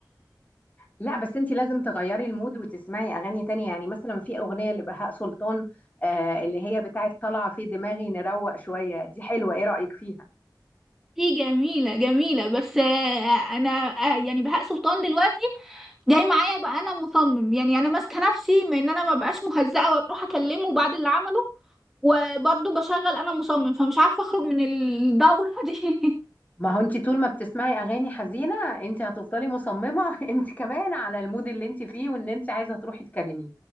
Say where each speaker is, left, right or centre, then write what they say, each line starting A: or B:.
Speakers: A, on the left; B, in the centre.
A: لا بس انت لازم تغيري المود وتسمعي اغاني تانية يعني مثلا في اغنية لبهاء سلطان آه اللي هي بتاعت طالعة في دماغي نروق شوية دي حلوة ايه رأيك فيها
B: دي جميلة جميلة بس آه، انا آه، يعني بهاء سلطان دلوقتي جاي معايا بقى انا مصمم يعني انا ماسكة نفسي من ان انا ما بقاش مهزقة واروح اكلمه بعد اللي عمله وبرضه بشغل انا مصمم فمش عارفه اخرج من الدوره دي <laughs>
A: ما هو انت طول ما بتسمعي اغاني حزينة انت هتفضلي مصممة <laughs> انت كمان على المود اللي انت فيه وان انت عايزة تروحي تكلميه